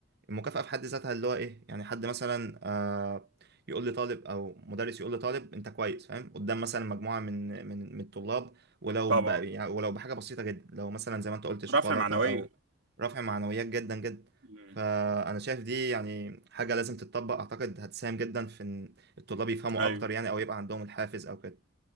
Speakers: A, on the right (about 55°); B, on the right (about 75°).
A: المكافأة في حد ذاتها اللي هو ايه يعني حد مثلا آه يقول لطالب او مدرس يقول لطالب انت كويس فاهم قدام مثلا مجموعة من من من الطلاب ولو
B: طبعا
A: ب... يعني ولو بحاجة بسيطة جدا لو مثلا زي ما انت قلت شوكولاتة
B: رفع معنوية
A: او رفع معنويات جدا جدا
B: مم.
A: فانا شايف دي يعني حاجة لازم تتطبق اعتقد هتساهم جدا في ان الطلاب يفهموا
B: ايوه
A: اكتر يعني او يبقى عندهم الحافز او كده